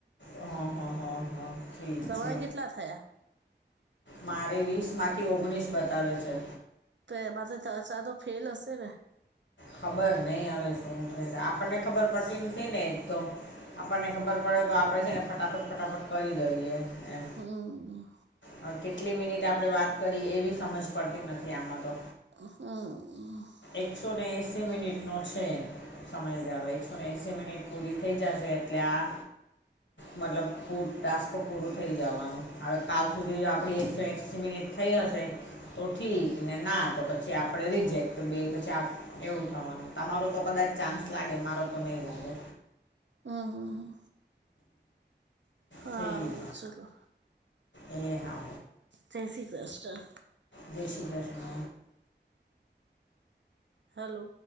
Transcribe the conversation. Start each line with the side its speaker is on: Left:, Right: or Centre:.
Left: હા હા હા હા.
Right: તમારે
Left: છે
Right: કેટલા થયા?
Left: મારે વીસ માંથી ઓગણીસ બતાવે છે.
Right: તો એમાં તો છ સાત તો ફેલ હશે ને?
Left: ખબર નહી હવે શું છે, આપણને ખબર પડતી નથી ને એક તો. આપણને ખબર પડે તો આપડે છે ને ફટાફટ ફટાફટ કરી દઈએ એમ.
Right: હમ્મ.
Left: હવે કેટલી મિનિટ આપણે વાત કરી એ બી સમજ પડતી નથી આમાં તો.
Right: હા.
Left: એકસો ને એસી મિનિટ નો છે સમય ગારો એકસો ને એસી મિનિટ. પૂરી થઈ જશે એટલે આ મતલબ પૂર ટાસ્ક. પૂરું થઈ જવાનું હવે. કાલ સુધી જો આપણી એકસો એસી મિનિટ થઈ હશે તો ઠીક ને ના તો પછી પછ આપડે રિજેક્ટ બે પછી. એવું થવાનું, તમારું તો કદાચ ચાન્સ લાગે મારો તો નહીં લાગે.
Right: હમ્મ. હા,
Left: ઠીક
Right: ચાલો.
Left: એ હા.
Right: જય શ્રી કૃષ્ણ.
Left: જય શ્રી કૃષ્ણ.
Right: હેલો